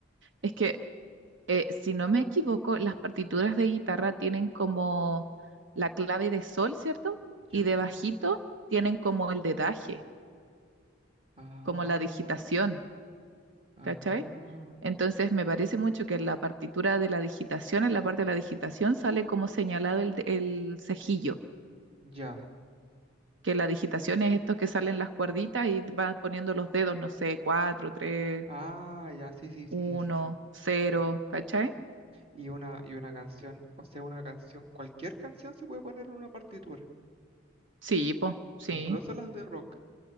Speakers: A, on the right (about 70°); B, on the right (about 30°).
A: Es que, eh, si no me equivoco, las partituras de guitarra tienen como la clave de sol, ¿cierto?
B: ¿Ya?
A: Y de bajito tienen como el dedaje,
B: Ah,
A: como la digitación.
B: ah,
A: ¿cachai? Entonces me parece mucho que en la partitura de la digitación, en la parte de la digitación, sale como señalado el, el cejillo,
B: ya.
A: que la digitación es estos que salen las cuerditas y van poniendo los dedos, no sé, cuatro, tres,
B: Ah, ya, sí, sí, sí,
A: uno,
B: sí, sí, sí.
A: cero,
B: sí.
A: ¿cachai?
B: Y una, y una canción, o sea, una canción, cualquier canción se puede poner en una partitura,
A: Sí, po, sí.
B: e incluso las de rock.